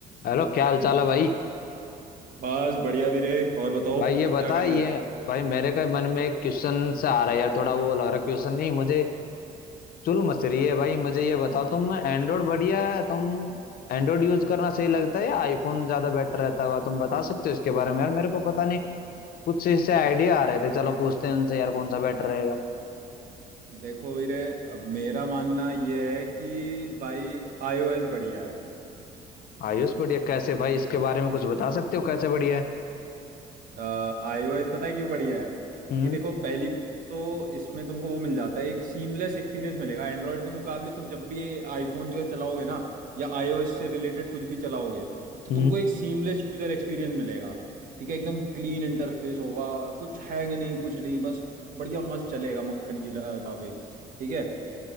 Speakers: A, on the left; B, on the right.
A: हेलो क्या हाल चाल है भाई
B: बस बढ़िया वीरे और बताओ
A: भाई ये बता
B: क्या कर
A: ये
B: रहे थे
A: भाई मेरे का मन में एक क्वेश्चन से आ रहा है यार थोड़ा वो लग रहा है क्वेश्चन नहीं मुझे चुल मच रही है भाई मुझे ये बताओ तुम एंड्रॉइड बढ़िया है तुम एंड्रॉइड यूज करना सही लगता है या आईफोन ज्यादा बेटर रहता हुआ तुम बता सकते हो इसके बारे में यार मेरे को पता नहीं कुछ इससे आइडिया आ रहे थे चलो पूछते हैं उनसे यार कौन सा बेटर रहेगा
B: देखो वीरे अब मेरा मानना ये है कि भाई आईओएस बढ़िया है
A: आयुष बढ़िया कैसे भाई इसके बारे में कुछ बता सकते हो कैसे बढ़िया है
B: आईओएस पता है क्यों बढ़िया है
A: हम्म
B: क्योंकि देखो पहली तो इसमें तुमको वो मिल जाता है एक सीमलेस एक्सपीरियंस मिलेगा एंड्रॉयड के मुकाबले तुम जब भी आईफोन जो चलाओगे ना या आईओएस से रिलेटेड कुछ भी चलाओगे तो
A: हम्म
B: तुमको एक सीमलेस यूजर एक्सपीरियंस मिलेगा ठीक है एकदम क्लीन इंटरफेस होगा कुछ हैंग नहीं कुछ नहीं बस बढ़िया मस्त चलेगा मक्खन की ल- माफी ठीक है